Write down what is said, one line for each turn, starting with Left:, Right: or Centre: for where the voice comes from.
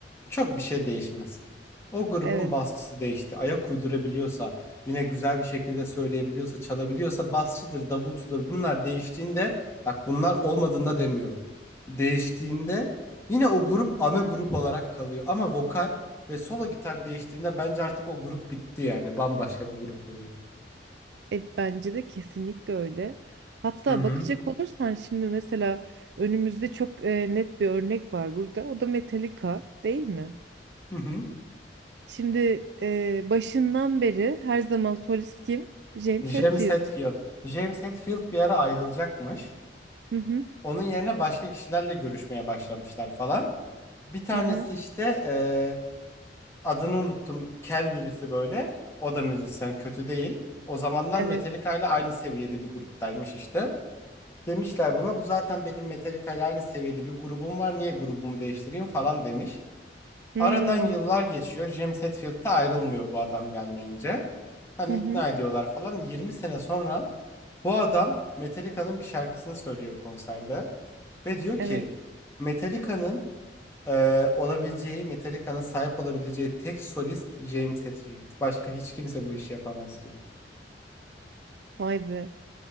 Left: Çok bir şey değişmez. O grubun
Right: Evet.
Left: basçısı değişti. Ayak uydurabiliyorsa, yine güzel bir şekilde söyleyebiliyorsa, çalabiliyorsa basçıdır, davulcudur. Bunlar değiştiğinde, bak bunlar olmadığında demiyorum. Değiştiğinde yine o grup ana grup olarak kalıyor. Ama vokal ve solo gitar değiştiğinde bence artık o grup bitti yani. Bambaşka bir grup oluyor.
Right: E, bence de kesinlikle öyle. Hatta
Left: Hı hı.
Right: bakacak olursan şimdi mesela önümüzde çok e, net bir örnek var burada. O da Metallica değil mi?
Left: Hı hı.
Right: Şimdi e, başından beri her zaman solist kim? James
Left: James
Right: Hetfield.
Left: Hetfield. James Hetfield bir ara ayrılacakmış.
Right: Hı hı.
Left: Onun yerine başka kişilerle görüşmeye başlamışlar falan. Bir tanesi
Right: Hı hı.
Left: işte eee, adını unuttum. Kel birisi böyle. O da müzisyen kötü değil. O zamanlar
Right: Evet.
Left: Metallica ile aynı seviyede bir gruptaymış işte. Demişler buna bu zaten benim Metallica ile aynı seviyede bir grubum var. Niye grubumu değiştireyim falan demiş.
Right: Hmm.
Left: Aradan yıllar geçiyor. James Hetfield'da ayrılmıyor bu adam gelmeyince. Hani
Right: Hı hı.
Left: ikna ediyorlar falan. 20 sene sonra bu adam Metallica'nın bir şarkısını söylüyor konserde. Ve diyor ki
Right: Evet.
Left: Metallica'nın ee, olabileceği, Metallica'nın sahip olabileceği tek solist James Hetfield. Başka hiç kimse bu işi yapamaz diyor.
Right: Vay be.